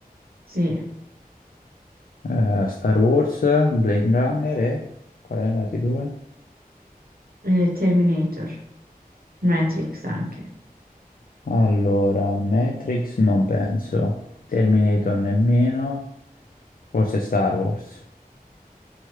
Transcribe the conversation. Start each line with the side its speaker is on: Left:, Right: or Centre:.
Right: Sì,
Left: eh, Star Wars, Blade Runner e... Qual erano i due?
Right: eh, Terminator, Matrix anche.
Left: Allora, Matrix non penso, Terminator nemmeno, forse Star Wars.